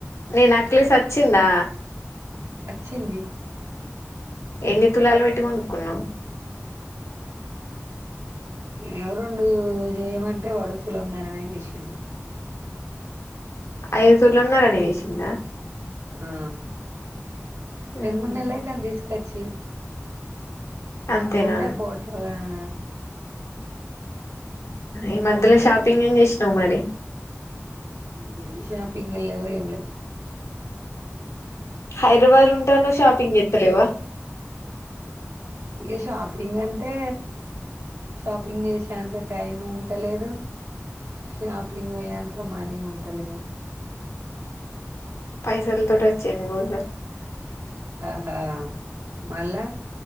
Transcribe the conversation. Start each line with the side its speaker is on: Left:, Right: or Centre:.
Left: ని నెక్లెస్ అచ్చిందా?
Right: అచ్చింది.
Left: ఎన్ని తులాలు పెట్టి కోనుకున్నవు?
Right: ఎమొ రెండు చేయమంటే వాడు తులమ్నరనే చేసిండు
Left: అయ్యో తులంనరనే చేసిండా?
Right: ఆ రెండు
Left: ఉహు
Right: మూడు నెల్లైతాంది దీస్ కచ్చి
Left: అంతేనా
Right: ఉండే ఫోటోల ఆ
Left: ఈ మధ్యల షాపింగ్ ఏం చేసినవు మరి?
Right: ఏ షాపింగుల్లేవ్ ఏం లేవ్
Left: హైదరాబాద్ లుంటానవ్ షాపింగ్ చేత్తలేవా?
Right: ఇగ షాపింగ్ అంటే షాపింగ్ చేసేంత టైం ఉంటలేదు, షాపింగ్ పోయ్యేంత మనీ ఉంటలేవు.
Left: పైసల్తోటచ్చ్ చ్చింది కోసం
Right: ఆ మళ్ళా